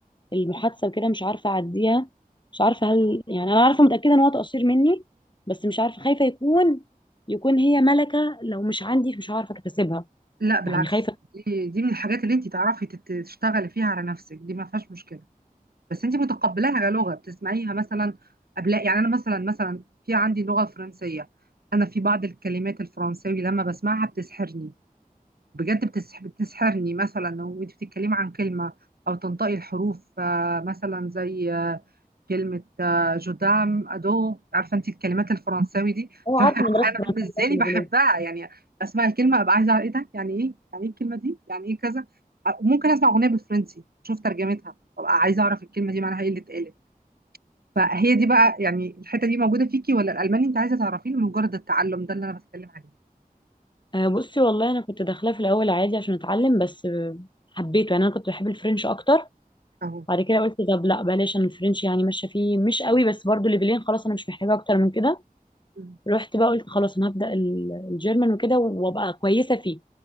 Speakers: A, on the left; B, on the right.
A: المحادثه وكده مش عارفه اعديها مش عارفه هل يعني انا عارفه متاكده ان هو تقصير مني بس مش عارفه خايفه يكون يكون هي ملكه لو مش عندي مش عارفه اكتسبها
B: لا بالعكس
A: يعني خايفه
B: دي دي من الحاجات اللي انت تعرفي تت- تشتغلي فيها على نفسك دي ما فيهاش مشكله بس انت متقبلاها كلغه بتسمعيها مثلا قبل يعني انا مثلا مثلا في عندي لغه فرنسيه انا في بعض الكلمات الفرنساوي لما بسمعها بتسحرني بجد بتسح... بتسحرني مثلا وانت بتتكلمي عن كلمة او تنطقي الحروف آه، مثلا زي آه، كلمة آه، جودام ادو عارفة انت الكلمات الفرنساوي دي <laughs>
A: هو
B: فانا
A: عارف ان مدرسه فرنسا
B: بالنسبة
A: برضه
B: لي
A: ليفلين.
B: بحبها يعني اسمع الكلمة ابقى عايزة أعرف ايه ده يعني ايه يعني ايه الكلمة دي يعني ايه كذا آه، ممكن اسمع اغنية بالفرنسي اشوف ترجمتها وابقى عايزة اعرف الكلمة دي معناها ايه اللي اتقالت فهي دي بقى يعني الحتة دي موجودة فيكي ولا الالماني انت عايزة تعرفيه لمجرد التعلم ده اللي انا بتكلم عليه
A: آه، بصي والله انا كنت داخلاه في الاول عادي عشان اتعلم بس آه، حبيته يعني انا كنت بحب الفرنش اكتر
B: اهو
A: بعد كده قلت طب لا بلاش انا الفرنش يعني ماشيه فيه مش قوي بس برضو ليفلين خلاص انا مش محتاجه اكتر من كده
B: مم.
A: رحت بقى قلت خلاص انا هبدا ال- الجيرمان وكده وابقى كويسه فيه